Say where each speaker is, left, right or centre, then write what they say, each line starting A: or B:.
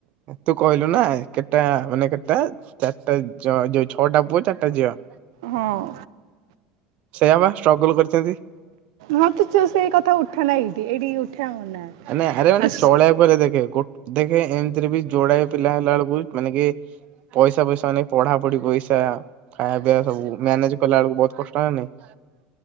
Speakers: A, on the right (about 50°); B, on the right (about 80°).
A: ତୁ କହି ନା କେତଟା ମାନେ କେତଟା। ଚାରିଟା ଯଅ ଯୋଉ ଛଅଟା ପୁଅ ଚାରିଟା ଝିଅ।
B: ହଁ
A: ସେଇଆା ବା ଷ୍ଟ୍ରଗଲ କରିଛନ୍ତି।
B: ହଁ ତୁ ସେଇ କଥା ଉଠା ନାଁ ଏଇଠି ଏଇଠି। ଉଠା ମନା।
A: ମାନେ ଆରେ ମାନେ
B: ଆସ୍
A: ଚଳେଇବାକୁ ହେଲେ ଦେଖେ ଗୋଟେ ଦେଖେ ଏମିତିରେ ବି ଯୋଡାଏ। ପିଲା ହେଲା ବେଳକୁ ମାନେକି। ପଇସା ପଇସା ନାଇଁ ପଢା ପଢି ପଇସା। <unintelligible> ଖାଇବା ପିଇବା ସବୁ ମ୍ୟାନେଜ କଲା ବେଳକୁ ବହୁତ କଷ୍ଟ ନା ନାଇ <inaudible>